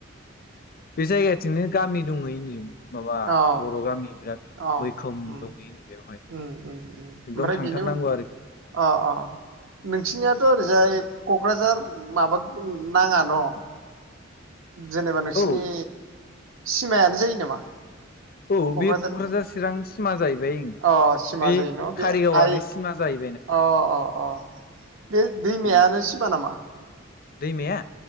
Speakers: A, on the left (about 45°); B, on the right (about 85°).
A: बे जायगाथिंनो गामि दङ हैयोनो माबा
B: औ
A: बर' गामि बिराद
B: औ
A: मैखोम
B: उम
A: दंहैयोनो बेवहाय <inaudible> एकदम
B: उम उम उम ओमफ्राय
A: थांथार
B: बेनि उन
A: नांगौ आरोखि
B: अ अ नोंसिनियाथ' ओरैजाय क'क्राझार माबा नाङा न' जेनेबा नोंसिरनि
A: औ
B: सिमायानो जायो नामा
A: औ
B: क'क्राझारनि
A: बे क'क्राझार चिरां सिमा जाहैबाय बे
B: अ सिमा
A: बे
B: जायो न'
A: कारिगावनो
B: आइ
A: सिमा जाहैबाय
B: अ अ अ बे दैमायानो
A: बेनो
B: सिमा नामा
A: दैमाया